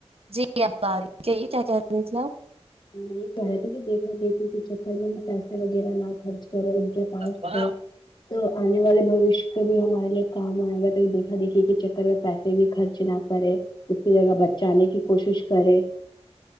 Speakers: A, on the right; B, on the left.
A: جی اب آرہی کہیے کیا کہہ رہے تھے آپ
B: ہم یہ کہہ رہے تھے کہ دیکھا دیکھی کے چکر میں پیسے وغیرہ نہ خرچ کر ان کے پاس
A: آپ
B: ہے تو آنے والے بھواشیے کے بھی ہمارے لیے کام آئے گا تو دیکھا دیکھیے کہ چکر میں پیسے بھی خرچ نہ کرے اس کی جگہ بچانے کی کوشش کرے